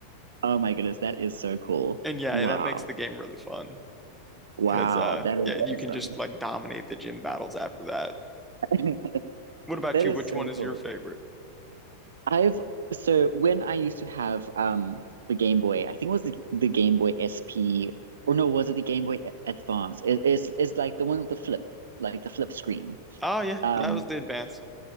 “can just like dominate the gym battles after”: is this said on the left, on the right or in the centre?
Centre